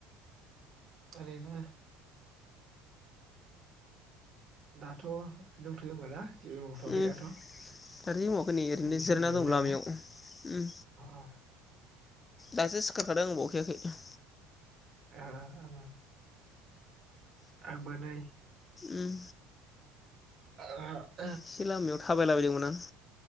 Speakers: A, on the right (about 45°); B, on the left (about 25°).
A: ओरैनो दाथ' दंथ'यो होमबा ना जेबो मावथ'वाखै
B: उम
A: दाथ'
B: दानि समावखौ नै ओरैनो
A: फुंनि
B: जिरायना
A: सम जाहैबाय
B: दं
A: नालाय
B: लामायाव उम
A: ओ
B: दासो सिख सिखारखादों आं बावखायाखै
A: <unintelligible> आंबो नै
B: उम
A: <unintelligible>
B: एसे लामायाव थाबायलाबायदोंमोन आं